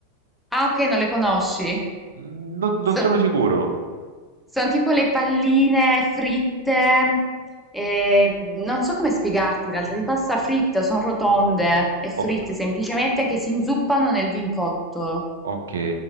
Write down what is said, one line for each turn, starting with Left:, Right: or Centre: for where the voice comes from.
Centre: Ah, ok, non le conosci.
Right: No- non
Centre: So-
Right: sono sicuro.
Centre: sono tipo le palline fritte, eh, non so come spiegarti in realtà, di pasta fritta, sono rotonde e fritte
Right: O-
Centre: semplicemente che si inzuppano nel vin cotto.
Right: ok,